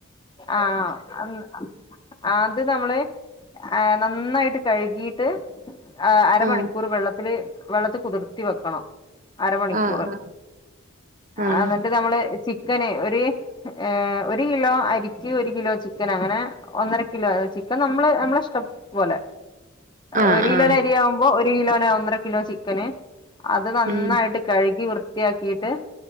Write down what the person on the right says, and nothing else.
ആഹ്
ആഹ് ആഹ്
ആഹ് ആഹ്
ആഹ്
ഉം